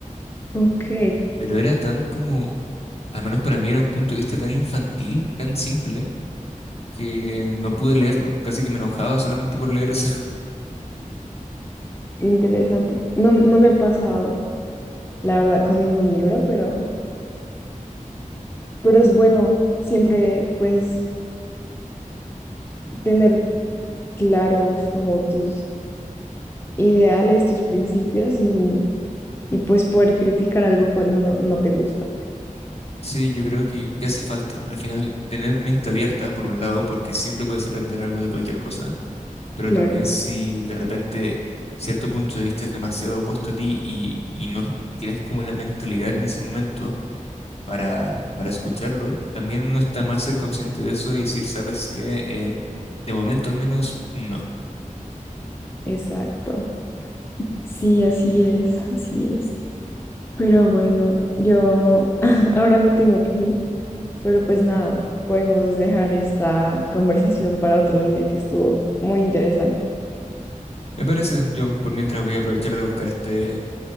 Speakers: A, on the left (about 15°); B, on the left (about 50°).
A: Ok,
B: Pero era tan como al menos para mí era un punto de vista tan infantil, tan simple, que no pude leerlo. Casi que me enojaba solamente por leer eso. <laughs>
A: interesante. No, no me ha pasado, la verdad, con ningún libro, pero, pero es bueno siempre, pues, tener claros como tus ideales, tus principios y, y pues poder criticar algo cuando no, no te gusta.
B: Sí, yo creo que, que hace falta. Al final, tener mente abierta, por un lado, porque siempre puedes aprender algo de cualquier cosa, pero
A: Claro,
B: también si de repente cierto punto de vista es demasiado opuesto a ti y, y no tienes como la mentalidad en ese momento para, para escucharlo, también no está mal ser consciente de eso y decir, ¿sabes qué? Eh, de momento al menos no.
A: exacto. Sí, así es, así es. Pero bueno, yo <laughs> ahora me tengo que ir, pero pues nada, podemos dejar esta conversación para otro día que estuvo muy interesante.
B: Me parece, yo por mientras voy a aprovechar de buscar este,